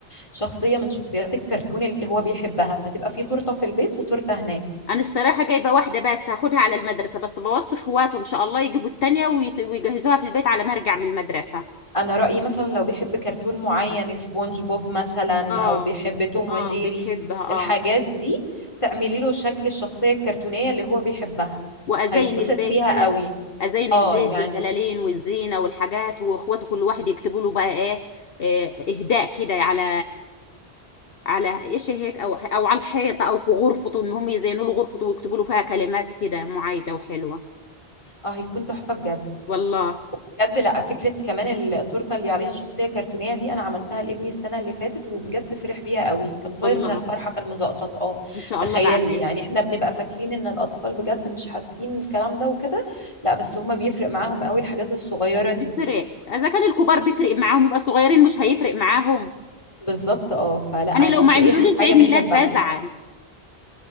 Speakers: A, on the left; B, on the left.
A: شخصية من شخصيات الكرتون اللي هو بيحبها فتبقى في تورتة في البيت وتورتة هناك
B: انا الصراحه جايبه واحده بس هاخدها على المدرسه بس بوصي اخواته ان شاء الله يجيبوا التانية ويس- ويجهزوها في البيت على ما ارجع من المدرسه
A: انا رأيي مثلا لو بيحب كرتون معين سبونج بوب مثلا
B: اه
A: او بيحب توم
B: اه
A: وجيري
B: بيحبها اه
A: الحاجات دي تعملي له شكل الشخصية الكرتونية اللي هو بيحبها
B: وازين
A: هيتبسط
B: البيت
A: بيها
B: كده
A: قوي
B: ازين
A: اه
B: البيت
A: يعني
B: بالبلالين والزينه والحاجات واخواته كل واحد يكتبوا له بقى ايه إيه، اهداء كده على على ايش هيك او او على الحيطه او في غرفته ان هم يزينوا له غرفته ويكتبوا له فيها كلمات كده معايده وحلوه
A: اه هيكون تحفة بجد
B: والله
A: بجد لا فكرة كمان التورتة اللي عليها شخصية كرتونية دي انا عملتها لابني السنة اللي فاتت وبجد فرح بيها قوي كان طاير
B: والله
A: من الفرحة كان مزقطط اه
B: ان شاء
A: تخيلي
B: الله بعملها
A: يعني احنا بنبقى فاكرين ان الاطفال بجد مش حاسين الكلام ده وكده لا بس هما بيفرق معاهم قوي الحاجات الصغيرة دي
B: بتفرق اذا كان الكبار بيفرق معاهم يبقى الصغيرين مش هيفرق معاهم
A: بالظبط اه فلا
B: انا
A: شوفي
B: لو ما عملوليش
A: ايه حاجة
B: عيد
A: بيحبها
B: ميلاد بزعل